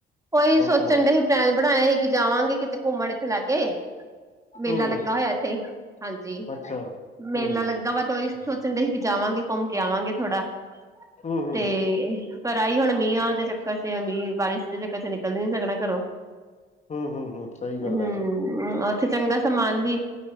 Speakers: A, on the right; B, on the left.
A: ਕੋਈ ਸੋਚਣ
B: ਸੁਣਾਓ
A: ਡੇ ਹੀ ਪਲੈਨ ਬਣਾਆ ਹੀ ਕਿ ਜਾਵਾਂਗੇ ਕਿਤੇ ਘੁੰਮਣ ਇੱਥੇ ਲਾਗੇ ਮੇਲਾ
B: ਹੂੰ
A: ਲੱਗਾ ਹੋਯਾ ਇੱਥੇ ਹਾਂਜੀ,
B: ਅੱਛਾ ਹੂੰ
A: ਮੇਲਾ ਲੱਗਾ ਵਾ ਤੇ ਸੋਚਣ ਡੇ ਹੀ, ਕਿ ਜਾਵਾਂਗੇ ਘੁੰਮ ਕੇ ਆਵਾਂਗੇ ਥੋੜਾ
B: ਹੂੰ ਹੂੰ
A: ਤੇ ਪਰ ਆਈ ਹੁਣ ਮੀਯਾਂ ਦੇ ਚੱਕਰ ਚ ਮੀਂਹ, ਬਾਰਿਸ਼ ਦੇ ਚੱਕਰ ਚ ਨਿਕਲ ਵੀ ਨੀ ਸਕਣਾ ਘਰੋਂ।
B: ਹੂੰ ਹੂੰ ਹੂੰ ਸਹੀ ਗੱਲ
A: ਹੂੰ,
B: ਹੈ
A: ਓਥੇ ਚੰਗਾ ਸਮਾਨ ਵੀ